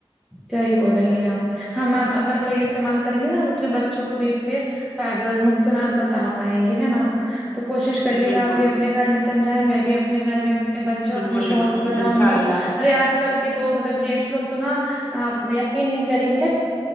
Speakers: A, in the centre; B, on the left.
A: صحی بول رہی ہیں آپ ہم ا اگر صحیح استعمال کریں گے نا ہم اپنے بچوں کو بھی اس کے فائدے اور نقصانات بتا پائیں گے ہے نا تو کوشش کریے
B: جی بالکل
A: گا آپ بھی اپنے گھر میں سمجھائیں میں بھی اپنے گھر میں اپنے بچوں
B: بالکل
A: اپنے شوہر
B: بالکل
A: کو بتاؤں
B: انشاء
A: گی
B: اللہ
A: ارے آج کل کے تو مطلب جینٹس لوگ تو نا آپ یقین نہیں کریں گی نا